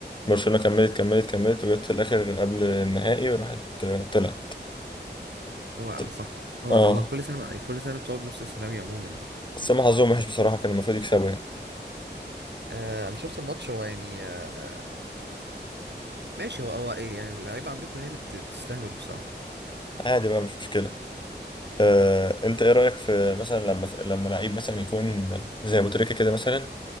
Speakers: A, on the left; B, on the right.
A: برشلونة كملت كملت كملت وجت في الاخر قبل النهائي وراحت آه، طلعت
B: هو
A: ط-
B: صح هو
A: اه
B: ده هو كل سنة كل سنة بتقعد بنفس السيناريو عموما يعني
A: بس هم حظهم وحش بصراحة كان المفروض يكسبوا يعني
B: أه، أنا شفت الماتش هو يعني أه، ماشي هو هو إيه يعني اللعيبة عندكم هي اللي بت- بتستهبل بصراحة
A: عادي بقى مش مشكلة آه، انت ايه رأيك في مثلا لما لما لعيب مثلا يكون زي ابو تريكة كده مثلا